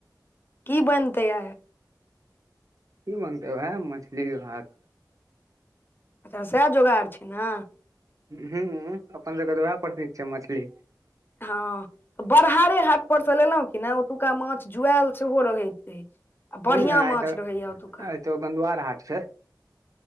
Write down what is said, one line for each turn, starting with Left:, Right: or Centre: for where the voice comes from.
Left: की बनतै आइ।
Right: की बनते वएह मछली भात।
Left: अच्छा सएह जोगाड़ार छै न
Right: ह अपन सबके तऽ उएह प्रसिद्ध छै मछली।
Left: हँ बरहारे हाट पर से लेलहुँ कि नय ओतुका माछ जुआएल सेहो रहैत रहै छै आ बढ़िआं
Right: ह आइ
Left: माछ
Right: तऽ
Left: रहैएा ओतुका
Right: आइ तऽ गंधुआर हाट छै